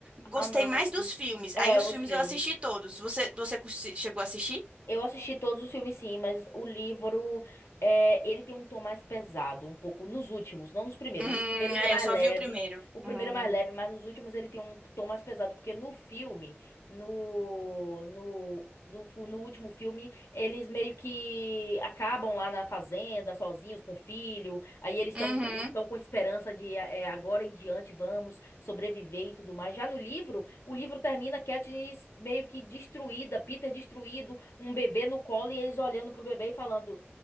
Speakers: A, on the right (about 30°); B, on the left (about 90°).
A: gostei
B: Ah, não.
A: mais dos filmes.
B: É,
A: Aí os
B: o
A: filmes
B: filmes.
A: eu assisti todos. Você, você cons- chegou a assistir?
B: Eu assisti todos os filmes, sim, mas o livro, é, ele tem um tom mais pesado, um pouco nos últimos, não nos primeiros.
A: Hum,
B: Os primeiros é
A: é,
B: mais
A: eu só
B: leve,
A: vi o primeiro.
B: o primeiro
A: Hum.
B: é mais leve, mas nos últimos ele tem um tom mais pesado, porque no filme, no, no, no, fu- no último filme, eles meio que acabam lá na fazenda, sozinhos, com o filho, aí eles estão
A: Uhum.
B: estão com esperança de é, é, agora em diante vamos sobreviver e tudo mais. Já no livro, o livro termina Katniss meio que destruída, Peter destruído, um bebê no colo e eles olhando pro bebê e falando: